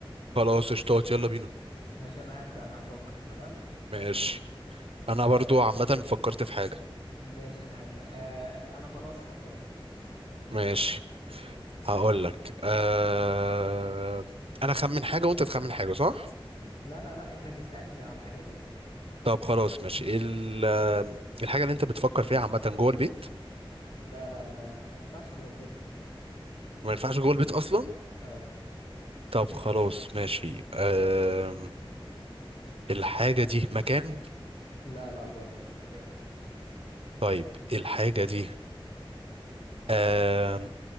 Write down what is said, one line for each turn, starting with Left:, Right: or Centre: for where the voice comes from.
Right: خلاص اشتوت يلا بينا
Left: ماشي انا هبدأ انا هفكر تمام
Right: ماشي انا برضو
Left: آه
Right: عامه فكرت في حاجه
Left: ماشي انا هبدأ آه انا خلاص فكرت
Right: ماشي هقول لك آه... انا خمن حاجه وانت تخمن حاجه صح
Left: لا لا لا انت هتسألني على الحاجة دي
Right: طب خلاص ماشي ايه ال... آه، الحاجه اللي انت بتفكر فيها عامه جوه البيت
Left: لا لا ما ما ينفعش جوه البيت اصلا
Right: ما ينفعش جوه البيت اصلا
Left: اه
Right: طب خلاص ماشي آه... الحاجه دي مكان
Left: لا لا برضو مش مكان
Right: طيب الحاجه دي آه...